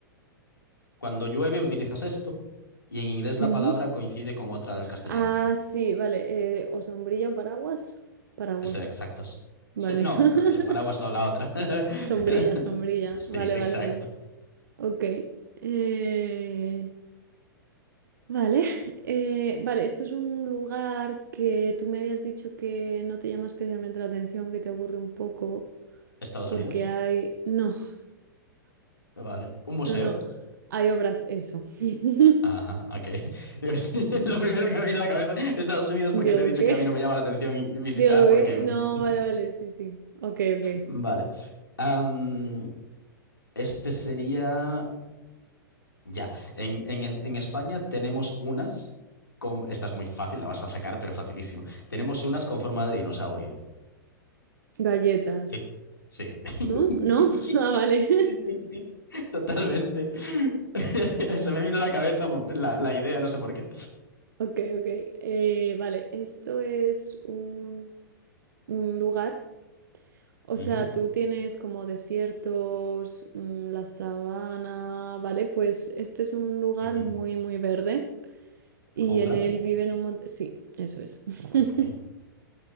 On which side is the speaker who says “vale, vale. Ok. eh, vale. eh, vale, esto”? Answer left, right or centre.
Right